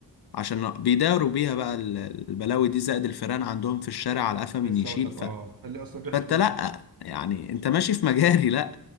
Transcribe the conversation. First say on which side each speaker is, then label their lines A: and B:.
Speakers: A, on the left; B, on the right.
A: عشان بيداوروا بيها بقى ال- البلاوي دي زائد الفيران عندهم في الشارع على قفا من
B: لسه
A: يشيل
B: اقول لك
A: ف...
B: اه قال لي اصلا ريحه
A: فانت
B: ال...
A: لا يعني انت ماشي في مجاري لا